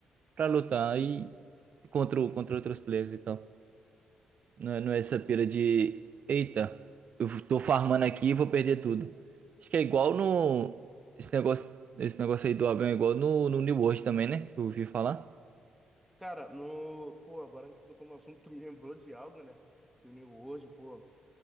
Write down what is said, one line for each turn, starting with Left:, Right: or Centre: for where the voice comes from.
Right: pra lutar e contra, o- contra outros players e tal. Não é, não é essa pira de. Eita, eu tô farmando aqui e vou perder tudo. Acho que é igual no. Esse negócio, esse negócio aí do avião é igual no, no New World também, né? Eu ouvi falar.
Centre: Cara, no, pô, agora que tu tocou no assunto, tu me lembrou de algo, né? Que o New World, pô,